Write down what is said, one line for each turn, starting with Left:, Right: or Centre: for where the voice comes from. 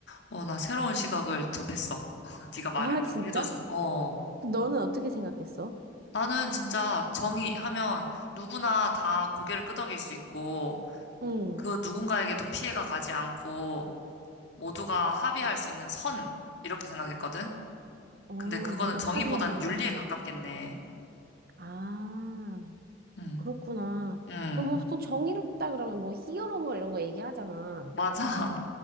Left: 어, 나 새로운 시각을 접했어. <laughs>
Right: <laughs>
Left: 네가 말을
Right: 아,
Left: 그렇게
Right: 진짜?
Left: 해줘서. 어.
Right: 너는 어떻게 생각했어?
Left: 나는 진짜 정의 하면 누구나 다 고개를 끄덕일 수 있고
Right: 응.
Left: 그 누군가에게도 피해가 가지 않고 모두가 합의할 수 있는 선 이렇게 생각했거든.
Right: 어,
Left: 근데 그거는
Right: 뭐
Left: 정의보다는
Right: 합의하는 거.
Left: 윤리에 가깝겠네.
Right: 아,
Left: 응,
Right: 그렇구나.
Left: 응,
Right: 뭐 보통 정의롭다 그러면 뭐 히어로물 이런 거 얘기하잖아.
Left: 맞아.